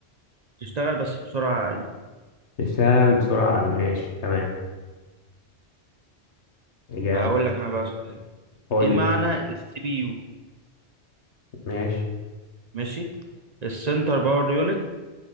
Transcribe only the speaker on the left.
تشتغل بسرعة أقل ماشي تمام إجابة
قولي
ماشي